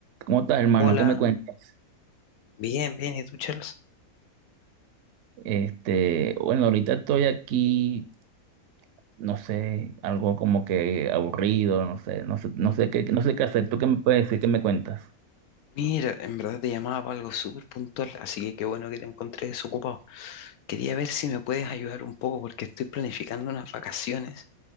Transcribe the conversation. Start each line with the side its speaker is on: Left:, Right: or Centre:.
Right: ¿Cómo estás, hermano?
Left: Hola,
Right: ¿Qué me cuentas?
Left: bien, bien, ¿y tú, Charles?
Right: Este, bueno, ahorita estoy aquí, no sé, algo como que aburrido, no sé, no sé, no sé qué, no sé qué hacer. ¿Tú qué me puedes decir? ¿Qué me cuentas?
Left: Mira, en verdad te llamaba para algo súper puntual, así que qué bueno que te encontré desocupado. Quería ver si me puedes ayudar un poco porque estoy planificando unas vacaciones